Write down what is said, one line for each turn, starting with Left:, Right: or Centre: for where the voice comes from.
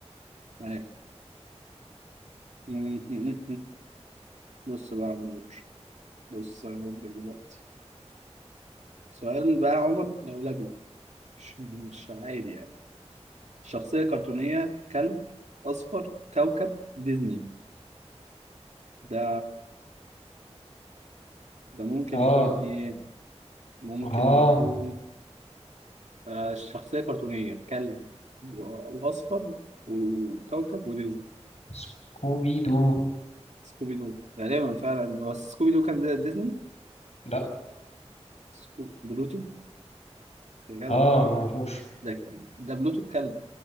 Right: جاي <laughs> بص بقى يا عمور بص انا هقول لك دلوقتي سؤال بقى يا عمر لولبي مش مش عادي يعني شخصية كرتونية كلب أصفر كوكب ديزني ده ده ممكن
Left: اه
Right: يكون إيه؟ ممكن
Left: اه
Right: يكون آه، شخصية كرتونية كلب و- وأصفر وكوكب وديزني
Left: سكوبي دو
Right: سكوبي دو غالبا فعلا بس سكوبي دو كان ديزني
Left: لا
Right: سكو- بلوتو يا جدع
Left: اه معرفوش
Right: ده ده بلوتو الكلب